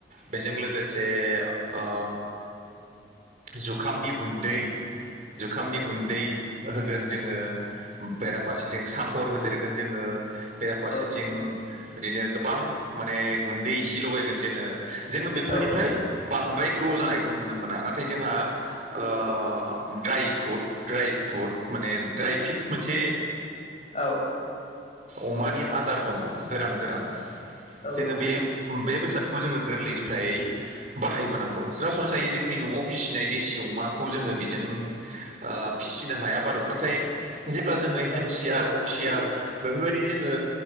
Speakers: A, on the right (about 45°); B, on the left (about 35°).
A: बेजों लोगोसे ओ जुखामनि गुन्दै जुखामनि गुन्दै
B: नंगौ
A: होगोन जोङो बेराफारसेथिं सापर होदेरगोन जोङो बे फारसेथिं
B: औ नंगौ
A: बिदिनो गोबां माने गुन्दै इसे लगायगोन जोङो जोङो बेफोरनिफ्राय
B: औ
A: बांद्राय ग्र' जानायखौ नुनो मोना नाथाय जोंहा ओ ड्राइ फुट ड्राइ फुट माने ड्राइ फिट मोनसे
B: औ।
A: अमानि आदार दङ गोरान गोरान
B: औ
A: जोङो
B: नंगौ
A: बे
B: नोंथां
A: बे बेसादखौ जोङो गोरलैनिफ्राय बाहायबोनांगौ सरासनस्रायै जोंनि न'आव फिसिनाय देसि अमाखौ जोङो बिजों ओ फिसिनो हाया बार' नाथाय जेब्ला जोङो
B: औ
A: हेमसियार अक्सियार बेफोरबायदि जोङो